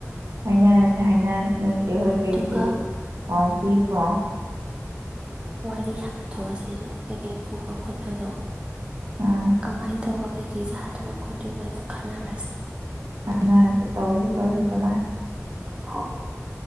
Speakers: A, on the right; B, on the right.
A: ꯍꯥꯏꯅꯔꯁꯦ ꯍꯥꯏꯅ ꯅꯣꯏꯆꯦ ꯍꯣꯏ ꯀꯔꯤꯁꯨ
B: ꯑꯗꯨꯒ
A: ꯄꯥꯎ ꯄꯤꯈꯣ
B: ꯁꯥꯟꯅꯊꯣꯛꯑꯁ ꯑꯗꯨꯒ ꯀꯩꯀꯩ ꯄꯨꯕ ꯈꯣꯠꯄꯗꯣ
A: ꯑꯥ
B: ꯀꯃꯥꯏꯅ ꯇꯧꯕ ꯀꯩꯀꯩ ꯁꯥꯗꯣꯏꯔꯤꯕ ꯈꯣꯠꯇꯣꯏꯔꯤꯕꯗꯣ ꯈꯟꯅꯔꯁꯤ
A: ꯈꯟꯔꯥꯁꯤ ꯇꯧꯔꯁꯤ ꯇꯧꯔꯁꯤ ꯀꯃꯥꯏ
B: ꯍꯣꯏ